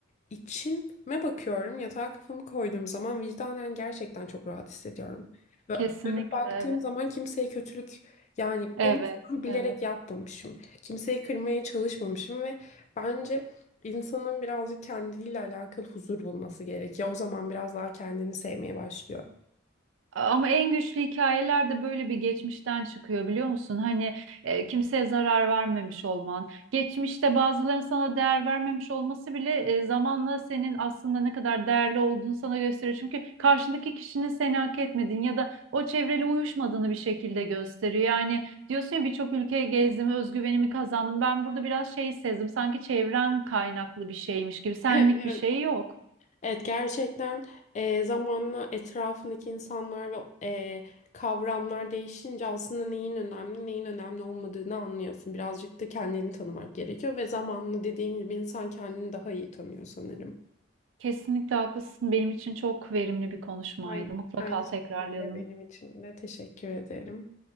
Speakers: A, on the left; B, on the right.
A: içime bakıyorum. Yatağa kafamı koyduğum zaman vicdanen gerçekten çok rahat hissediyorum. Ve
B: Kesinlikle
A: dönüp baktığım
B: evet.
A: zaman kimseye kötülük yani
B: Evet.
A: en azından bilerek
B: Evet.
A: yapmamışım. Kimseyi kırmaya çalışmamışım ve bence insanın birazcık kendiyle alakalı huzur bulması gerekiyor. O zaman biraz daha kendini sevmeye başlıyor.
B: Ama en güçlü hikayeler de böyle bir geçmişten çıkıyor biliyor musun? Hani e, kimseye zarar vermemiş olman, geçmişte bazıların sana değer vermemiş olması bile e, zamanla senin aslında ne kadar değerli olduğunu sana gösteriyor. Çünkü karşındaki kişinin seni hak etmediğini ya da o çevreyle uyuşmadığını bir şekilde gösteriyor. Yani diyorsun ya birçok ülke gezdim, özgüvenimi kazandım. Ben burada biraz şey sezdim, sanki çevren kaynaklı bir şeymiş gibi,
A: <laughs>
B: senlik
A: Evet,
B: bir şey yok.
A: evet, gerçekten e, zamanla etrafındaki insanlar ve e, kavramlar değişince aslında neyin önemli neyin önemli olmadığını anlıyorsun. Birazcık da kendini tanımak gerekiyor ve zamanla dediğin gibi insan kendini daha iyi tanıyor sanırım.
B: Kesinlikle haklısın. Benim için çok verimli bir konuşmaydı.
A: Aynı,
B: Mutlaka
A: aynı şekilde
B: tekrarlayalım.
A: benim için de teşekkür ederim.